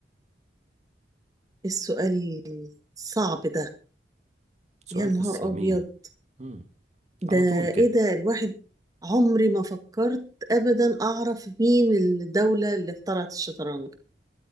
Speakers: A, on the right; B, on the right.
A: السؤال صعب ده
B: سؤال
A: يا نهار
B: في الصميم
A: أبيض
B: مم.
A: ده
B: على طول كده
A: إيه ده الواحد عمري ما فكرت أبدا أعرف مين الدولة اللي اخترعت الشطرنج